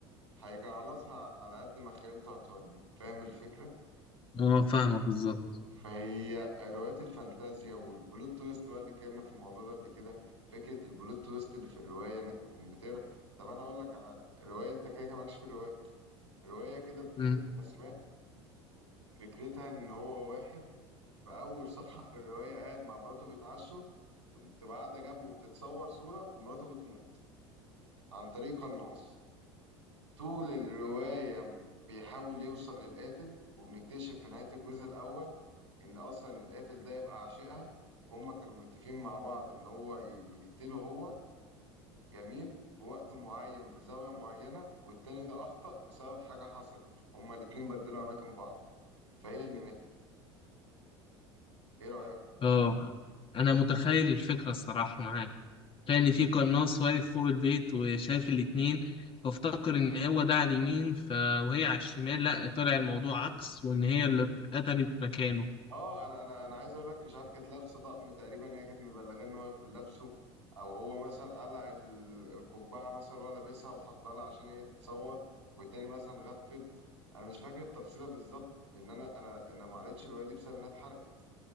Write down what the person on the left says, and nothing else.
اه فاهمك بالظبط
مم.
اه انا متخيل الفكره الصراحه معاك كان في قناص واقف فوق البيت وشايف الاتنين فافتكر ان هو ده على اليمين ف... وهي على الشمال لا طلع الموضوع عكس وان هي اللي اتقتلت مكانه